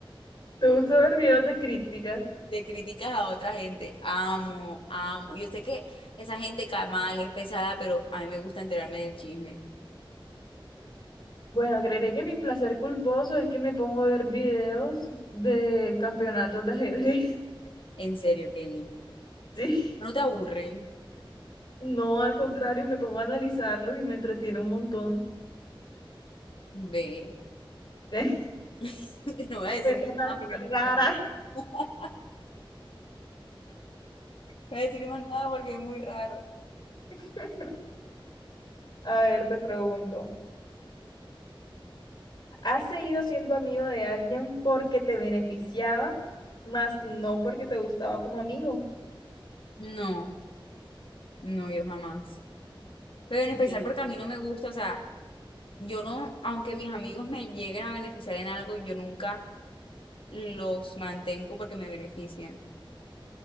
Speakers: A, on the left; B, on the left.
A: ¿Te gusta ver videos de críticas?
B: de críticas a otra gente. Amo, amo. Yo sé que esa gente ca- mal es pesada, pero a mí me gusta enterarme del chisme.
A: Bueno, creería que mi placer culposo es que me pongo a ver videos de campeonatos de ajedrez. <laughs>
B: En serio, Kelly.
A: Sí.
B: ¿No te aburre?
A: No, al contrario, me pongo a analizarlos y me entretiene un montón.
B: Ve.
A: <laughs>
B: <laughs> No voy a decir
A: persona
B: más nada porque es muy
A: rara.
B: raro. <laughs> No voy a decir más nada porque es muy raro.
A: <laughs> A ver, te pregunto, ¿has seguido siendo amigo de alguien porque te beneficiaba, más no porque te gustaba como amigo?
B: No, no, yo jamás. Pero en
A: Ok,
B: especial porque a mí no me gusta, o sea, yo no, aunque mis amigos me lleguen a beneficiar en algo, yo nunca los mantengo porque me benefician.